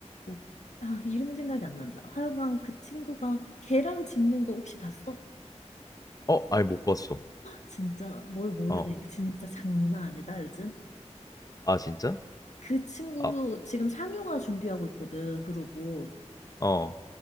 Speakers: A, on the left; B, on the left.
A: 어, 아, 이름이 생각이 안 난다. 하여간 그 친구가 계란 집는 거 혹시 봤어?
B: 어, 아니 못 봤어.
A: 진짜 뭘 모르네.
B: 어.
A: 진짜 장난 아니다, 요즘.
B: 아, 진짜?
A: 그 친구
B: 아,
A: 지금 상용화 준비하고 있거든, 그 로봇.
B: 어.